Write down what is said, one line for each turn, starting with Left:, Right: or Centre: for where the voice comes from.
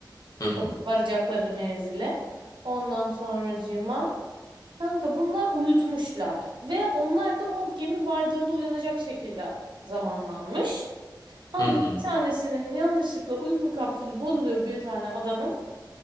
Left: Hı hı.
Right: O varacakları menzile. Ondan sonracığıma Kanka bunlar uyutmuşlar ve onlar da o gemi vardığında uyanacak şekilde zamanlanmış. Abi
Left: Hı hı.
Right: bir tanesinin yanlışlıkla uyku kapsülü bozuluyor bir tane adamın.